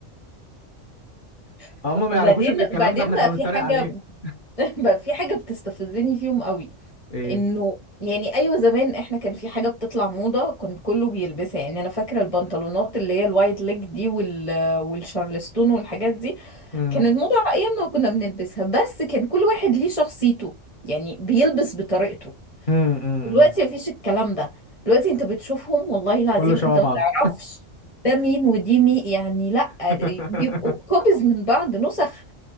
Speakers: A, on the left (about 45°); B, on the left (about 25°).
A: <laughs>
B: <laughs>
A: هم ما
B: وبعدين
A: يعرفوش ان الكلام
B: بعدين
A: ده احنا
B: بقى
A: كنا بنتريق
B: في حاجه
A: عليه
B: <laughs> بقى في حاجه بتستفزني فيهم قوي
A: ايه
B: انه يعني ايوه زمان احنا كان في حاجه بتطلع موضه كان كله بيلبسها يعني انا فاكره البنطلونات اللي هي الوايت ليج دي وال والشارلستون والحاجات دي
A: امم
B: كانت موضه على ايامنا وكنا بنلبسها بس كان كل واحد ليه شخصيته يعني بيلبس بطريقته
A: امم أمم.
B: دلوقتي مفيش الكلام ده دلوقتي انت بتشوفهم والله العظيم
A: كله شبه
B: انت
A: بعضه
B: ما تعرفش ده مين ودي مين يعني لا
A: <laughs>
B: بيبقوا كوبيز من بعض نسخ